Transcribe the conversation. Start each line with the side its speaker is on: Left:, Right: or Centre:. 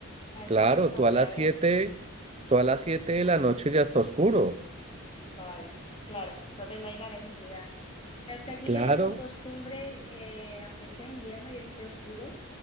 Left: a
Right: Claro,
Left: eso no lo sabía,
Right: tú a las
Left: ¿ves?
Right: siete, tú a las siete de la noche ya está oscuro.
Left: Vale, claro, entonces no hay la necesidad. Claro, es que aquí
Right: Claro,
Left: yo ya por costumbre, eh, aunque sea invierno y esté oscuro,